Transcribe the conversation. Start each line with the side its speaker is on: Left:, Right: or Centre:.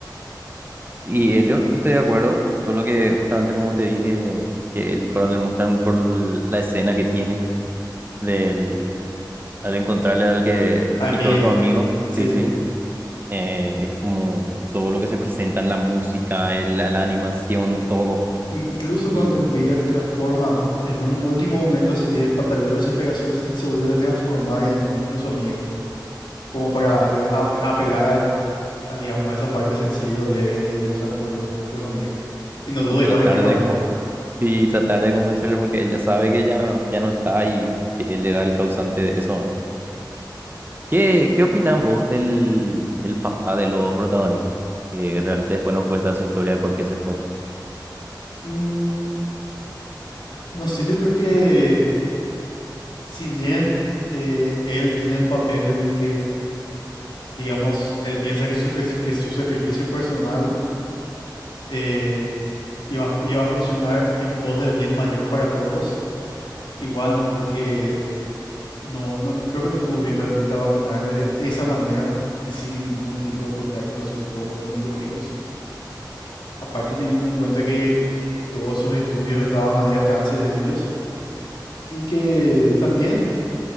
Right: y eh, yo estoy de acuerdo, solo que justamente como te dije, que el coronel Mustang por l- la escena que tiene del, al encontrarle al que le
Left: A
Right: quitó
Left: Envidia,
Right: a su amigo,
Left: sí.
Right: sí, sí, eh, es como todo lo que se presenta en la música, el, la la animación, todo.
Left: Incluso cuando
Right: y
Left: Envidia se transforma en un último momento así de pataleo de desesperación, se, se vuelve a transformar en, en su amigo. como para a ver, ap- apelar al, a, digamos, a esa parte sensible o débil de Mustang por, por su amigo. Y no duda
Right: y tratar
Left: igual en quemarle.
Right: de, co- sí, y tratar de convencerle porque él ya sabe que ya, ya no está y él era el causante de eso. ¿no? ¿Qué, qué opinas vos del, del papá de los protagonistas? Que realmente después nos cuesta su historia de por qué se fue.
Left: Mm, no sé, yo creo que si bien eh, él tiene un papel en el que, digamos, él piensa que su, sacri- que su sacrificio personal eh, iba, a- iba a funcionar en pos del bien mayor para todos, igual no creo que no, no, no- creo que no estuvo bien realmente abandonarle de esa manera y sin ningún tipo de contacto a sus dos únicos hijos. Aparte teniendo en cuenta que todos sus estudios estaban ahí al alcance de ellos y que también